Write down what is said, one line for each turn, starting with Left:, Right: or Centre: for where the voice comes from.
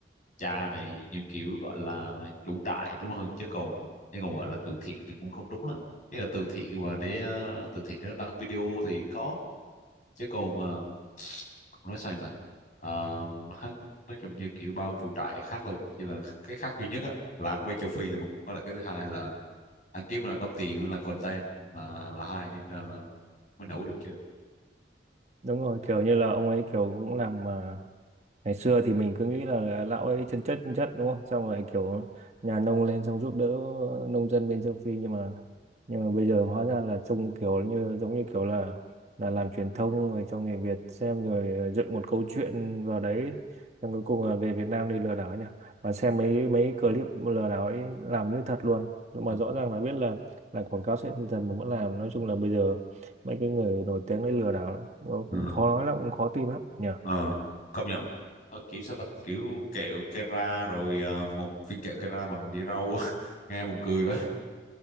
Left: cha này như kiểu gọi là chủ trại đúng không chứ còn chứ còn gọi là từ thiện thì cũng không đúng lắm cái là từ thiện mà để ờ, từ thiện nó đăng video thì có chứ còn ờ, <sniffs> còn nói sao vậy ta Ờ, mà hắn nói chung như kiểu bao chủ trại khác thôi chỉ là cái khác duy nhất á, là hắn quay châu Phi là một với lại cái thứ hai là hắn kiếm là đóng tiền là content là là hai nên là, là mới nổi được chưa
Right: đúng rồi kiểu như là ông ấy kiểu cũng làm à, ngày xưa thì mình cứ nghĩ là lão ấy chân chất chân chất đúng không xong rồi kiểu nhà nông lên xong giúp đỡ nông dân bên châu Phi nhưng mà nhưng mà bây giờ hóa ra là trông kiểu như giống như kiểu là là làm truyền thông rồi cho người Việt xem rồi dựng một câu chuyện vào đấy xong cuối cùng là về Việt Nam đi lừa đảo nhỉ mà xem mấy mấy clip lừa đảo ấy làm như thật luôn mà
Left: ừ.
Right: rõ ràng là biết là là quảng cáo sẽ dần mà vẫn làm nói chung là bây giờ mấy cái người nổi tiếng đấy lừa đảo
Left: Ừ.
Right: cũng khó nói lắm cũng khó tin lắm nhỉ
Left: ờ công nhận ờ, kiểu sao ta kiểu kẹo Kera rồi ờ, một viên kẹo Kera bằng đĩa rau á. <laughs> nghe buồn cười vậy